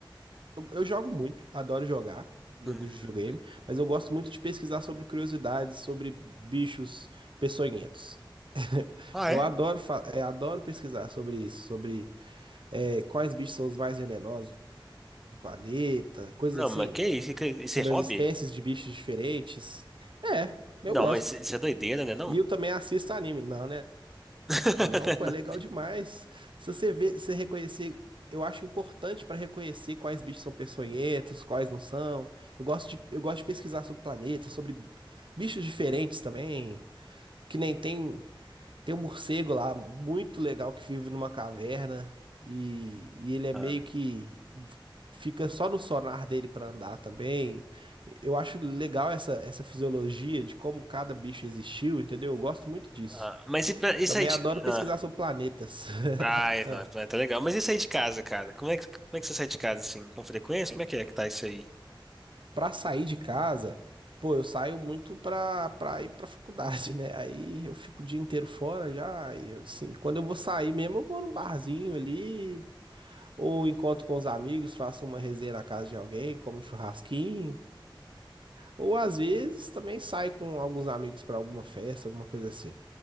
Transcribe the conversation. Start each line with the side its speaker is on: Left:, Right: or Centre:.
Right: Eu, eu jogo muito, adoro jogar. Jogo
Centre: Uhum.
Right: de videogame, mas eu gosto muito de pesquisar sobre curiosidades, sobre bichos peçonhentos.
Centre: Ah,
Right: Eu
Centre: é?
Right: adoro, fa- eh, adoro pesquisar sobre isso, sobre eh, quais bichos são os mais venenosos do planeta, coisas
Centre: Não,
Right: assim,
Centre: mas que isso? Que- Isso
Right: sobre
Centre: é hobby?
Right: as espécies de bichos diferentes. É, eu
Centre: Não,
Right: gosto.
Centre: mas isso é doideira, né? Não?
Right: E eu também assisto anime. Não, né?
Centre: <laughs>
Right: Não, pô,
Centre: Não.
Right: é legal demais. Se você ver, você reconhecer, eu acho importante para reconhecer quais bichos são peçonhentos, quais não são. Eu gosto de, eu gosto de pesquisar sobre planetas, sobre bichos diferentes também, que nem tem. Tem um morcego lá, muito legal, que vive numa caverna. E, e ele é
Centre: Ah,
Right: meio que. Fica só no sonar dele pra andar também. Eu acho legal essa, essa fisiologia de como cada bicho existiu, entendeu? Eu gosto muito disso.
Centre: ah, mas e pra, isso
Right: Também
Centre: aí de.
Right: adoro pesquisar
Centre: Ah,
Right: sobre planetas. <laughs>
Centre: ai,
Right: Ah,
Centre: não, é, tá legal. Mas isso aí de casa, cara? Como é que, como é que você sai de casa assim? Com frequência? Como é que é que tá isso aí?
Right: Pra sair de casa, pô, eu saio muito pra, pra ir pra faculdade, né? Aí eu fico o dia inteiro fora já. E assim, quando eu vou sair mesmo, eu vou num barzinho ali Ou encontro com os amigos, faço uma resenha na casa de alguém, como um churrasquinho. Ou às vezes também saio com alguns amigos para alguma festa, alguma coisa assim.